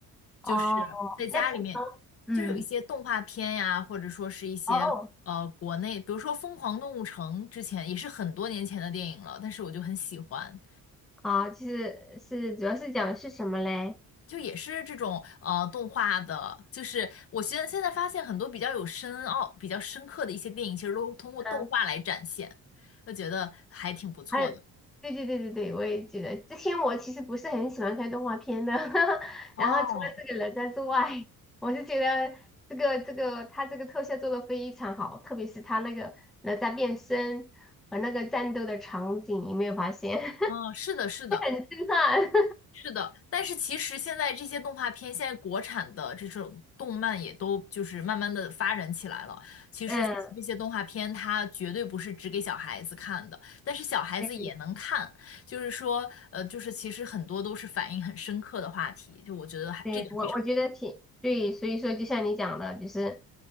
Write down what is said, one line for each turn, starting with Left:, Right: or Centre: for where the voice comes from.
Centre: 哦，
Left: 就是在家里面，
Centre: 那挺嗯，
Left: 就有一些动画片呀，或者说是一些呃国内，
Centre: 哦，
Left: 比如说《疯狂动物城》，之前也是很多年前的电影了，但是我就很喜欢。
Centre: 啊，就是是主要是讲是什么嘞？
Left: 就也是这种呃动画的，就是我现在现在发现很多比较有深奥、比较深刻的一些电影，其实都通过动画来展现，
Centre: 嗯。
Left: 就觉得还挺不错的。
Centre: 还有，对对对对对，我也记得。之前我其实不是很喜欢看动画片的，<laughs>
Left: 哦，
Centre: 然后除了这个哪吒之外，我是觉得这个这个他这个特效做的非常好，特别是他那个哪吒变身和那个战斗的场景，有没有发现？<laughs>
Left: 嗯，是的，是的，
Centre: 震撼！
Left: 是的，但是其实现在这些动画片，现在国产的这种动漫也都就是慢慢的发展起来了。其实这些动画片它绝对不是只给小孩子看的，
Centre: <laughs> 嗯，
Left: 但是小孩子也能看。
Centre: 对
Left: 就是说，呃，就是其实很多都是反映很深刻的话题，就我觉得还这点非常
Centre: 对，我我觉得挺对，所以说就像你讲的，就是